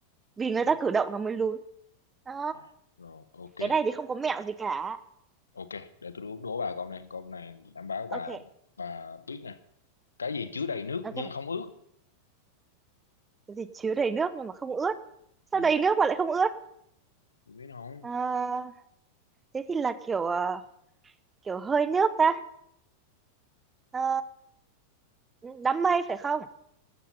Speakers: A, on the right; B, on the left.
A: vì người
B: à,
A: ta cử động nó mới lún Ờ,
B: à rồi ok
A: cái này thì không có mẹo gì cả
B: ok để tôi đố, đố bà câu này câu này đảm bảo bà
A: ok
B: bà biết nè cái gì chứa đầy nước
A: ok
B: nhưng không ướt
A: cái gì chứa đầy nước nhưng mà không ướt sao
B: ừ.
A: đầy nước mà lại không ướt
B: tôi biết không
A: Ờ, thế thì là kiểu ờ, kiểu hơi nước ta Ờ, đám mây phải không